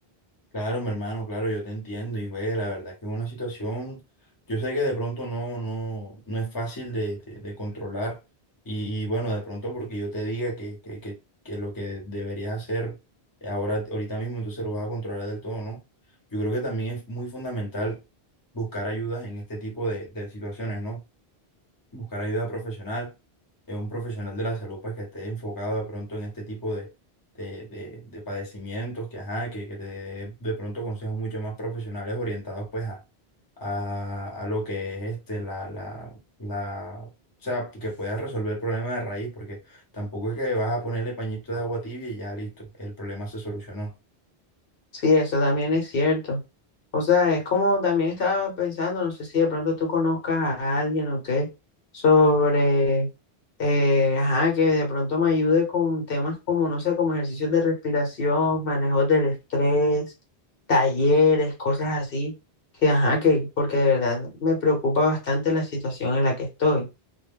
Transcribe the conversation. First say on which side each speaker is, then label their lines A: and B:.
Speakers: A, on the left (about 20°); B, on the left (about 60°).
A: claro, mi hermano, claro, yo te entiendo y güey, la verdad es que es una situación, yo sé que de pronto no, no, no es fácil de, de- de controlar y, y bueno, de pronto porque yo te diga que, que, que, que lo que deberías hacer ahora, ahorita mismo, entonces lo vas a controlar del todo, ¿no? Yo creo que también es muy fundamental buscar ayudas en este tipo de, de situaciones, ¿no? buscar ayuda profesional, eh, un profesional de la salud pues que esté enfocado de pronto en este tipo de, de, de- de padecimientos, que, ajá, que, que te dé de pronto consejos mucho más profesionales orientados pues a, a, a lo que es este, la, la, la, o sea, que puedas resolver el problema de raíz, porque tampoco es que vas a ponerle pañito de agua tibia y ya listo, el problema se solucionó.
B: Sí, eso también es cierto. O sea, es como también estaba pensando, no sé si de pronto tú conozcas a alguien o qué, sobre, eh, ajá, que de pronto me ayude con temas como, no sé, como ejercicios de respiración, manejos del estrés, talleres, cosas así, que, ajá, que, porque de verdad me preocupa bastante la situación en la que estoy.